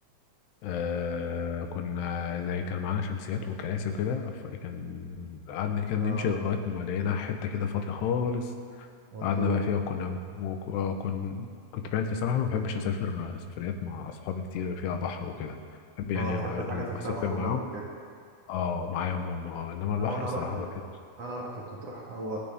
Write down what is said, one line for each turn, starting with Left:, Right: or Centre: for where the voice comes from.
Left: آه كنا زي كان معانا شمسيات وكراسي وكده فكان قعدنا كده بنمشي
Right: آه
Left: لغاية ما لقينا حتة كده فاضية خالص
Right: وانتوا
Left: قعدنا بقى فيها وكنا وكن كنت بعيلتي صراحة ما بحبش أسافر سفريات مع صحابي كتير فيها بحر وكده بحب يعني
Right: اه تحب الحاجات اللي
Left: أسافر
Right: فيها خروجات
Left: معاهم
Right: وكده
Left: اه معاهم هم اه إنما
Right: لو
Left: البحر
Right: انا
Left: الصراحة
Right: رحت
Left: ما بحبش
Right: انا رحت في مطروح هو